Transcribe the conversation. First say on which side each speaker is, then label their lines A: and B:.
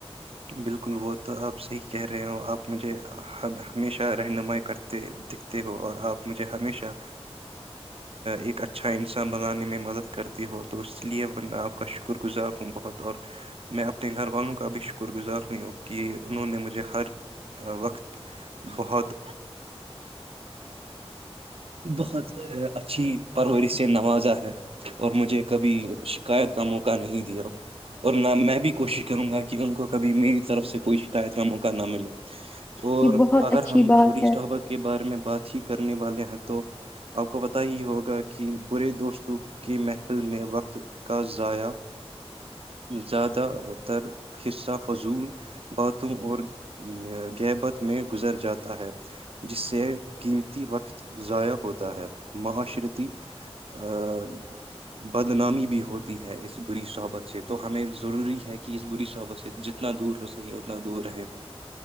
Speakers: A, on the right; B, on the left.
A: بالکل وہ تو آپ صحیح کہہ رہے ہو آپ مجھے ہمیشہ رہنمائی کرتے دکھتے ہو اور آپ مجھے ہمیشہ ایک اچھا انسان بنانے میں مدد کرتے ہو تو اس لیے میں آپ کا شکر گزار ہوں بہت اور میں اپنے گھر والوں کا بھی شکر شکر گزار ہوئیں کہ انہوں نے مجھے ہر وقت بہت بہت اچھی پرور سے نوازا ہے اور مجھے کبھی شکایت کا موقع نہیں دیا اور نہ میں بھی کوشش کروں گا کہ ان کو کبھی میری طرف سے کوئی شکایت کا موقع نہ ملے اور
B: یہ بہت
A: اگر
B: اچھی
A: ہم
B: بات
A: بری
B: ہے
A: صحبہ کے بارے میں بات ھی کرنے والے ہیں تو آپ کو پت ہی ہوگا کہ برے دوستوں کی محفل میں وقت کا ضائع زیادہ تر حصہ فضول باتوں اور گہبت میں گزر جاتا ہے جس سے قیمتی وقت ضائع ہوتا ہے معاشرتی ا بدنامی بھی ہوتی ہے اس بری صحبت سے تو ہمیں ضروری ہے کہ اس بری صحبت سے جتنا دور ہو سکے اتنا دور رہے